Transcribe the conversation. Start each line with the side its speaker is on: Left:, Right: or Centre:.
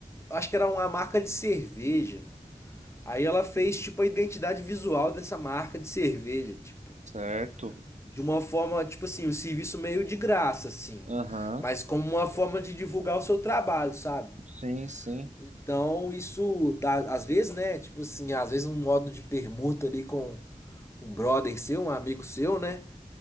Left: acho que era uma marca de cerveja. Aí ela fez, tipo, a identidade visual dessa marca de cerveja, tipo,
Right: certo.
Left: de uma forma, tipo assim, um serviço meio de graça, assim,
Right: Aham,
Left: mas como uma forma de divulgar o seu trabalho, sabe?
Right: sim, sim.
Left: Então, isso, dá, às vezes, né, tipo assim, às vezes um modo de permuta ali com um brother seu, um amigo seu, né,